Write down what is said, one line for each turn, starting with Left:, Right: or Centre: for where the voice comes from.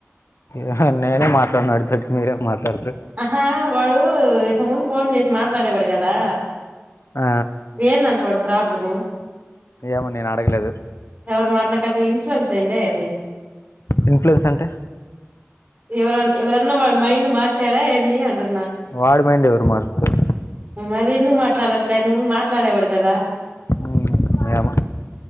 Left: అ హా నేనే మాట్లాను ఆడితోటి మీరేం మాట్లాడుతరు
Right: ఆహా వాడు ఇంతకు ముందు ఫోన్ చేసి మాట్లాడేవాడు కదా
Left: ఆ
Right: ఏందంట వాడి ప్రాబ్లము
Left: ఏమో నేను అడగలేదు
Right: ఎవరి మాట్లాలకన్న ఇన్ఫ్లుయెన్స్ అయిండా ఏంది
Left: ఇన్ఫ్లుయెన్స్ అంటే
Right: ఎవరన్ ఎవరన్న వాడి మైండ్ మార్చార ఏంది అంటున్
Left: వాడి మైండ్ ఎవరు మరుత్తారు
Right: మరి ఎందుకు మాట్లాడట్లేదు మాట్లాడేవాడు కదా
Left: ఉమ్ ఏమో